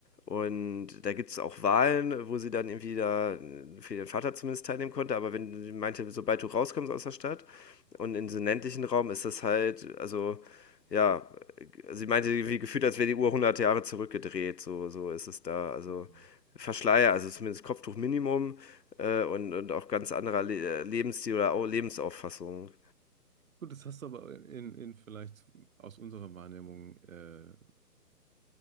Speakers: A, on the left (about 80°); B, on the right (about 55°).
A: und da gibt es auch Wahlen, wo sie dann irgendwie da für ihren Vater zumindest teilnehmen konnte. Aber wenn sie meinte, sobald du rauskommst aus der Stadt und in den ländlichen Raum ist das halt, also ja, sie meinte irgendwie gefühlt, als wäre die Uhr 100 Jahre zurückgedreht. So, so ist es da. Also
B: hm, hm.
A: Verschleier, also zumindest Kopftuch Minimum äh, und, und auch ganz anderer Le Lebensstil oder Au- Lebensauffassung.
B: Gut, das hast du aber in, in vielleicht aus unserer Wahrnehmung äh,